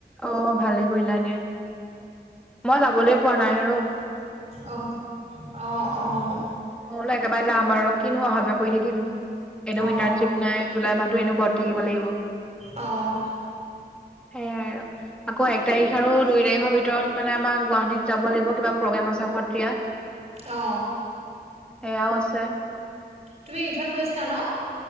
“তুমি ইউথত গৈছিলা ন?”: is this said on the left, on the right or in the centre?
Right